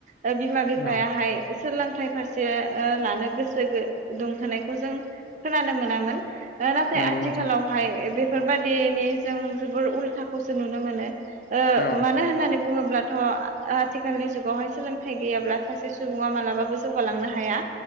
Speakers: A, on the right; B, on the left.
A: ओ बिमा बिफायाहाय
B: औ
A: सोलोंथाइ फारसे ओ लानो गोसो दुंहोनायखौ जों खोनानो मोनामोन। ओ नाथाय
B: नंगौ
A: आथिखालावहाय
B: नोंथां
A: बेफोरबायदिनि जों जोबोर उल्थाखौसो नुनो मोनो। ओ
B: औ
A: मानो होननानै बुङोब्लाथ' आ-आथिखालनि जुगावहाय सोलोंथाइ गैयाब्ला सासे सुबुङा मालाबाबो जौगालांनो हाया।